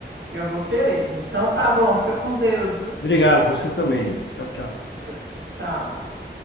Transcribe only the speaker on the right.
Eu vou querer. Então
tá
bom, fica com Deus, viu?
T- Tchau.